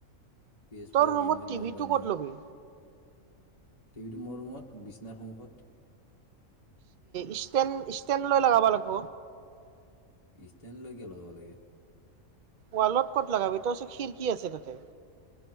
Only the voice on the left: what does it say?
পি এছ ফাইভ
ই এম আইত
ল'ব পাৰি না
টিভিটো মোৰ ৰুমত বিচনাৰ সন্মুখত
ইষ্ট নে লৈ কিয় লগাব লাগে